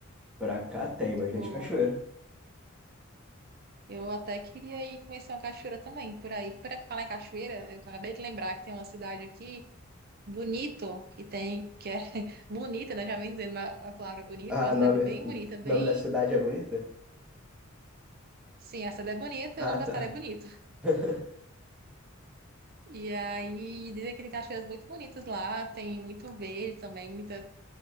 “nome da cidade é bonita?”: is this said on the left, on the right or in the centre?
Centre